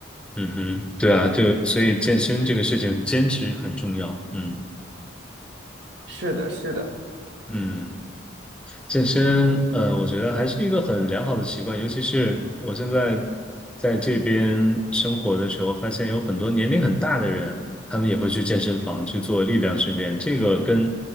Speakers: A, in the centre; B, on the right.
A: 嗯哼，对啊，就所以健身这个事情坚持很重要，嗯
B: 是的，是的。
A: 嗯。健身，呃，我觉得还是一个很良好的习惯，尤其是我现在在这边生活的时候，发现有很多年龄很大的人，他们也会去健身房去做力量训练，这个跟